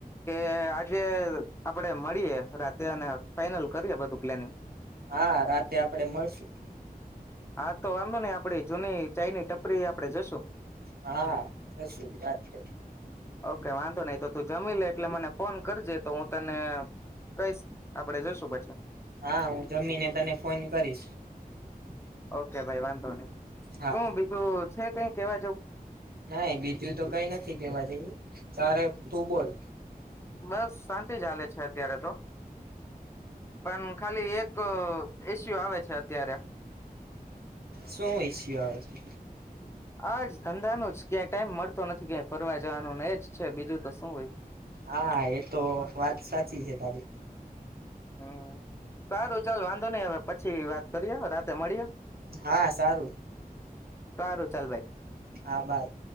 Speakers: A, on the left; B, on the right.
A: કે આજે આપડે મળીએે રાતે અને ફાઈનલ કરીએ બધું પ્લાનિંગ.
B: હા, રાતે આપડે મળશું.
A: હા તો વાંધો નહી આપડી જૂની ચાયની ટપરી આપડે જોશું.
B: હા, થશું વાત કર
A: ઓકે વાંધો નઈ, તો તું જમી લે એટલે મને ફોન કરજે તો હું તને, કઈશ આપડે જશું પછી.
B: હા, હું જમીને તને ફોન કરીશ.
A: ઓકે ભાઈ વાંધો નઈ,
B: હા
A: શું બીજું? છે કઈ કેવા જઉં?
B: ના બીજું તો કઈ નથી કેવા જેવું, તારે તું બોલ.
A: બસ શાંતિ ચાલે છે અત્યારે તો. પણ. ખાલી એક અ ઇસ્યુ આવે છે અત્યારે.
B: શું ઇસ્યુ આવે છે.
A: આજ ધંધાનો જ ક્યાંય ટાઈમ મળતો નથી બેન ફરવા જવાનુંને એજ છે બીજું તો શું હોય.
B: હા એ તો વાત સાચી છે તારી.
A: હમ્મ સારું ચાલ વાંધો નઈ હવે પછી વાત કરીએ રાતે મળીએ.
B: હા સારું.
A: સારું ચાલ ભાઈ.
B: હા ભાઈ.